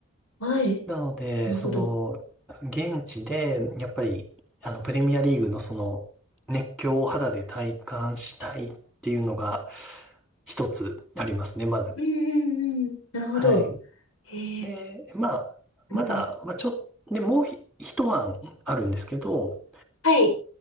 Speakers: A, on the left; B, in the centre.
A: はい。
B: なので、
A: なるほど。
B: その、現地で、やっぱり、あの、プレミアリーグのその、熱狂を肌で体感したいっていうのが、一つありますね、まず。
A: うんうんうん。なるほど。
B: はい。
A: へえ、
B: で、まあ、まだ、
A: うんうん。
B: まあ、ちょっ、で、もうひ一案あるんですけど、
A: はい、